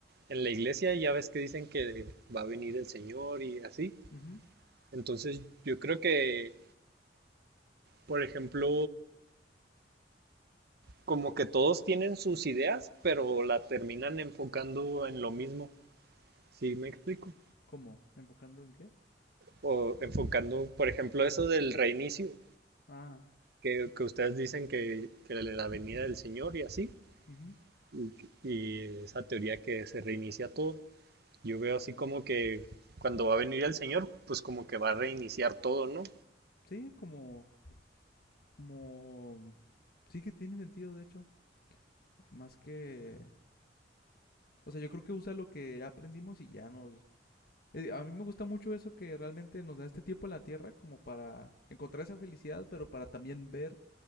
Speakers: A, on the right; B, on the left.
A: en la iglesia ya ves que dicen que va a venir el Señor y así.
B: ujú.
A: Entonces yo creo que, por ejemplo, como que todos tienen sus ideas, pero la terminan enfocando en lo mismo, ¿sí me explico?
B: ¿Cómo? ¿Enfocando en qué?
A: O enfocando, por ejemplo, eso del reinicio,
B: Ah,
A: que, que ustedes dicen que, que la venida del Señor y así,
B: ujú.
A: y, y esa teoría que se reinicia todo, yo veo así como que cuando va a venir el Señor, pues como que va a reiniciar todo, ¿no?
B: Sí, como, como... Sí que tiene sentido, de hecho. Más que... O sea, yo creo que usa lo que ya aprendimos y ya nos... eh, A mí me gusta mucho eso que realmente nos da este tiempo en la Tierra como para encontrar esa felicidad, pero para también ver